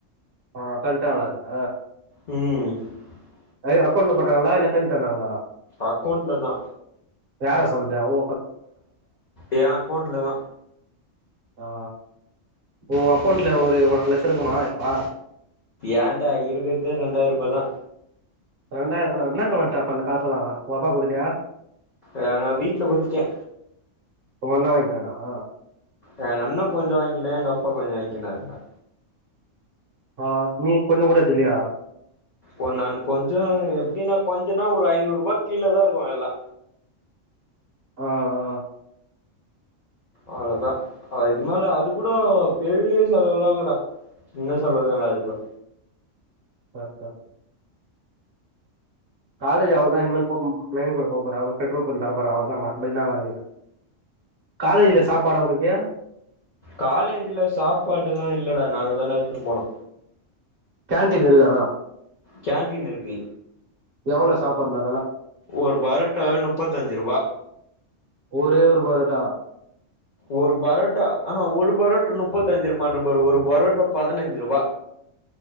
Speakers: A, on the right (about 55°); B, on the left (about 55°).
A: ஆ தண்டாங்காள அதுல
B: உம்
A: அதை அக்கவுண்ட்ல போட்டாங்களா இல்ல கை தந்தாங்களா
B: அக்கவுண்ட்ல தா
A: யாரு அக்கவுண்டு உ
B: ஏ அக்கவுண்டுல தா
A: ஆ ஓ அக்கவுண்ட்ல ஒரு ஒர் லட்சு இருக்குமா எப்பா
B: ஏன்டா இருக்கறதே ரெண்டாயிர ரூபா தா
A: ரெண்டாயிர தானா என்ன கணக்குதா அப்ப அந்த காசயெல்லா ஓ அப்பாக்கு குடுத்துட்டியா
B: ஆ நா வீட்ல குடுத்துட்டே
A: உங்க அண்ணே வாங்கிக்கிறான
B: எ அண்ணா கொஞ்ச வாங்கிக்கினா எங்க அப்பா கொஞ்சோ வாங்கிக்கினாரு ந
A: ஆ நீ கொஞ்ச கூட எத்துக்கிலீயா
B: ஓ நா கொஞ்ச எப்படின்னா கொஞ்சன்னா ஒரு ஐநூறு ரூபா கீழ தா இருக்கு எல்லா
A: ஆஹா
B: அவ்ளோதா அதுக்கு மேல அது கூட பெரிய செலவுலா இல்லடா சின்ன செலவு தான அது கூட
A: <unintelligible> காலேஜ் அவ்ளதே இனிமேல் போம் பிளைன் கூட போ போறே அவுனுங் பெட்ரோல் கொஞ்சு தர போற அவ்ளோதா மத்தபடிலா வேல இல்ல காலையில சாப்பாடு அவுனுக்கு
B: காலேஜ்ல சாப்பாடு எல்லா இல்லடா நாங்கதாட எத்துன்னு போனு
A: கேன்டீன் இருக்கு அனா
B: கேன்டீன் இருக்கு
A: எவ்ளோ சாப்பாடுலா
B: ஒரு பரோட்டாவே முப்பத்தஞ்சு ருவா
A: ஒரே ஒரு பரோட்டா
B: ஒரு பரோட்டா அஹா ஒரு பரோட் முப்பத்தஞ்சு ரூபான்ற பாரு ஒரு பரோட்டா பதினஞ்சு ருவா